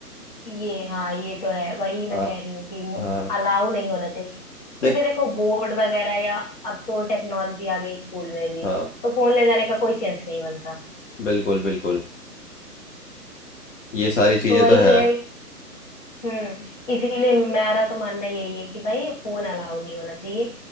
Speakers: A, on the left (about 25°); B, on the left (about 50°).
A: ये हाँ ये तो है वही मैं
B: हाँ
A: कह रही हूँ कि
B: हाँ
A: अलाउ नहीं होना चाहिए क्योंकि
B: देख,
A: देखो बोर्ड वगैरह या अब तो टेक्नोलॉजी आ गई स्कूल में भी
B: हाँ
A: तो फोन ले जाने का कोई सेंस नहीं बनता
B: बिल्कुल बिल्कुल ये सारी चीजें
A: तो वही
B: तो है
A: है हम्म इसीलिए मेरा तो मानना यही है कि भाई फोन अलाउ नहीं होना चाहिए